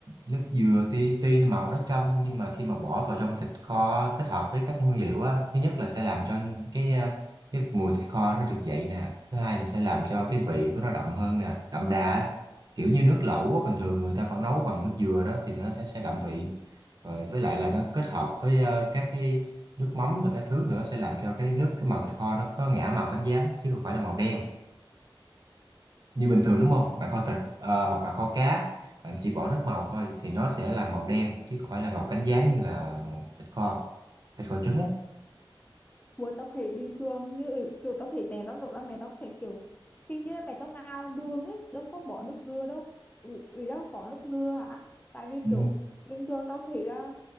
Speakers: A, on the right; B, on the left.
A: nước dừa tuy tuy nó màu nó trong nhưng mà khi mà bỏ vào trong thịt kho kết hợp với các nguyên liệu á thứ nhất là sẽ làm cho cái à, cái mùi thịt kho nó được dậy nè thứ hai là sẽ làm cho cái vị của nó đậm hơn nè đậm đà á. kiểu như nước lẩu á, bình thường người ta vẫn nấu bằng nước dừa đó thì nó, nó sẽ đậm vị rồi với lại là nó kết hợp với à, các cái nước mắm và các thứ nữa sẽ làm cho cái nước cái màu thịt kho nó có ngả màu cánh gián chứ không phải là màu đen như bình thường đúng không bạn kho thịt ờ, hoặc là kho cá bạn chỉ bỏ nước màu thôi thì nó sẽ là màu đen chứ không phải là màu cánh gián như là thịt kho thịt kho trứng á
B: Buổi tao thấy bình thường như kiểu tao thấy mẹ tao nấu là mẹ tao sẽ kiểu hình như là mẹ tao ngào đường ấy đâu có bỏ nước dừa đâu Ủa, ý là có nước dừa hả tại vì
A: Ừ.
B: kiểu bình thường tao thấy là